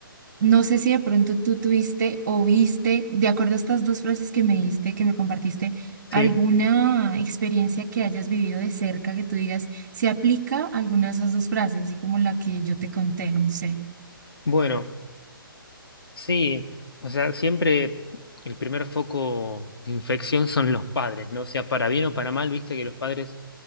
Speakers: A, on the right (about 50°); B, on the left (about 80°).
A: No sé si de pronto tú tuviste o viste, de acuerdo a estas dos frases que me diste, que me compartiste,
B: Sí,
A: alguna experiencia que hayas vivido de cerca que tú digas, se aplica alguna de esas dos frases, así como la que yo te conté, no sé.
B: bueno, sí, o sea, siempre el primer foco de infección son los padres, ¿no? O sea, para bien o para mal, viste que los padres